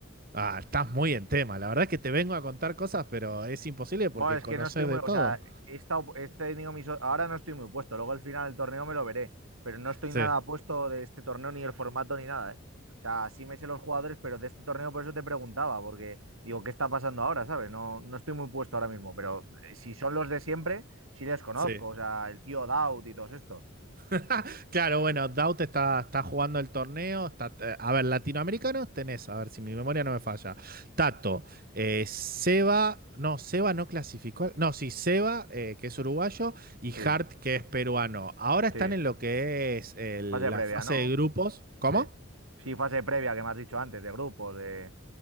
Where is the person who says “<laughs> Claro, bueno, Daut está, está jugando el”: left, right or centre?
Right